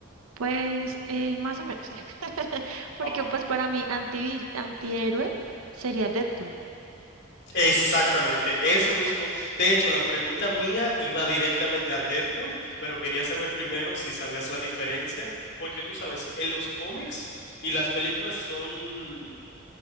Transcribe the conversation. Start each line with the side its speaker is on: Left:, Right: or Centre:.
Right: Pues eh, más o menos. <laughs> Porque
Left: Ah, Ok,
Right: pues para mí anti, antihéroe sería Deadpool.
Left: exactamente, eso mismo. De hecho, la pregunta mía iba directamente a Deadpool, pero quería saber primero si sabías la diferencia, porque tú sabes, en los cómics y las películas son